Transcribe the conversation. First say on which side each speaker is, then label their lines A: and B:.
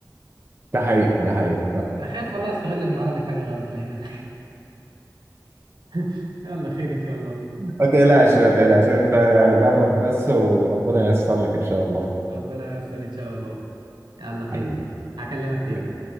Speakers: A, on the right; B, on the right.
A: ده حقيقي ده حقيقي
B: أنا خايف والله أستغل المهارة دي في حاجة غلط لأن <laughs> يلا خير إن شاء الله
A: ما تقلقش ما تقلقش انت جرب بس وربنا ييسر لك ان شاء الله
B: ربنا ييسر إن شاء الله يلا خير
A: حبيبي
B: هكلمك تاني
A: يلا